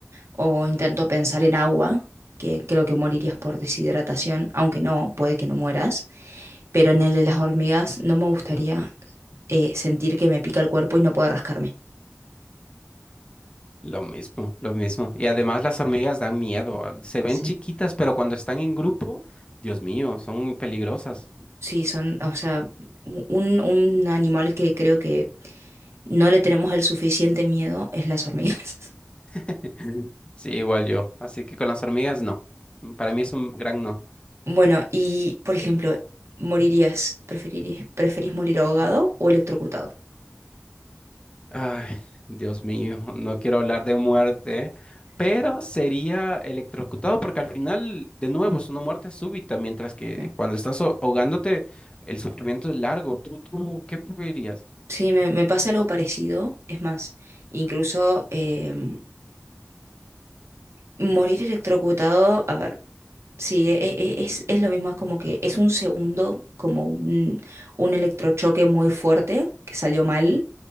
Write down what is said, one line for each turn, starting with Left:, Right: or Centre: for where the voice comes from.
Right: o intento pensar en agua, que creo que morirías por deshidratación, aunque no, puede que no mueras, pero en el de las hormigas no me gustaría eh, sentir que me pica el cuerpo y no poder rascarme.
Left: Lo mismo, lo mismo. Y además las hormigas dan miedo. ah, Se ven
Right: Sí,
Left: chiquitas, pero cuando están en grupo, Dios mío, son peligrosas.
Right: sí, son, o sea, u- un, un animal que creo que no le tenemos el suficiente miedo es las hormigas. <laughs>
Left: <laughs> Sí, igual yo. Así que con las hormigas, no. Para mí es un gran no.
Right: Bueno, y por ejemplo, ¿morirías, preferirías, preferís morir ahogado o electrocutado?
Left: Ay, Dios mío, no quiero hablar de muerte, pero sería electrocutado porque al final, de nuevo, es una muerte súbita, mientras que
Right: ¿eh?
Left: cuando estás ahogándote, el sufrimiento es largo. ¿Tú, tú, qué preferirías?
Right: Sí, me, me pasa algo parecido. Es más, incluso em, morir electrocutado, a ver, sí, e- e- e, es, es lo mismo, es como que es un segundo, como un, un electrochoque muy fuerte que salió mal.